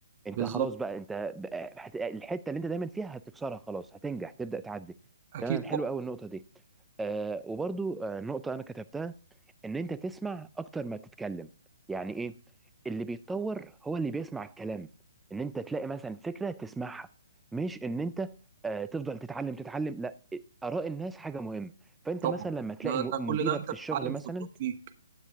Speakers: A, in the centre; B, on the right.
A: انت
B: بالظبط
A: خلاص بقى انت بقى- هت- الحتة اللي انت دايما فيها هتكسرها خلاص هتنجح تبدأ تعدي
B: اكيد
A: تمام حلو
B: طبعا
A: قوي النقطة دي آه وبرضو آه نقطة أنا كتبتها إن أنت تسمع أكتر ما تتكلم يعني إيه اللي بيتطور هو اللي بيسمع الكلام إن أنت تلاقي مثلا فكرة تسمعها مش إن أنت آه تفضل تتعلم تتعلم لا آراء الناس حاجة مهمة فأنت
B: طبعا
A: مثلا لما تلاقي
B: ده,
A: م-
B: ده كل
A: مديرك
B: ده انت
A: في
B: بتتعلم
A: الشغل مثلا
B: خبرات ليك